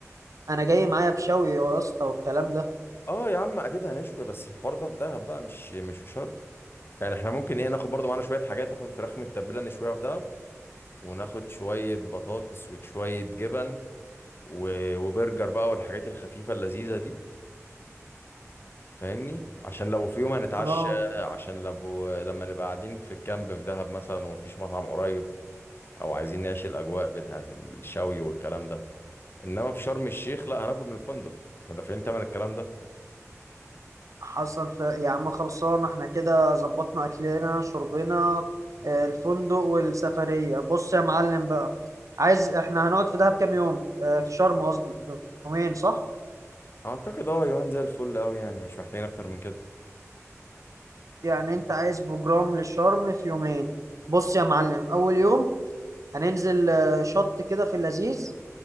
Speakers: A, on the right; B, on the left.
A: انا جاي معايا بشوي يا اسطى والكلام ده
B: اه يا عم اكيد هنشوي بس الحوار ده في دهب بقى مش مش في شرم يعني احنا ممكن ايه ناخد برضو معانا شوية حاجات ناخد فراخ متبلة نشويها في دهب وناخد شوية بطاطس وشوية جبن و- وبرجر بقى والحاجات الخفيفة اللذيذة دي فاهمني عشان لو في يوم هنتعشى
A: اه
B: عشان لو لما نبقى قاعدين في الكامب في دهب مثلا ومفيش مطعم قريب او عايزين نعيش الاجواء بتاعة الشوي والكلام ده انما في شرم الشيخ لا هناكل من الفندق احنا دافعين تمن الكلام ده
A: حصل ف... يا عم خلصان احنا كده ظبطنا اكلنا شربنا آه، الفندق والسفرية بص يا معلم بقى عايز احنا هنقعد في دهب كام يوم آه، في شرم قصدي يومين صح
B: اعتقد اه يومين زي الفل قوي يعني مش محتاجين اكتر من كده
A: يعني انت عايز بروجرام للشرم في يومين بص يا معلم اول يوم هننزل آه، شط كده في اللذيذ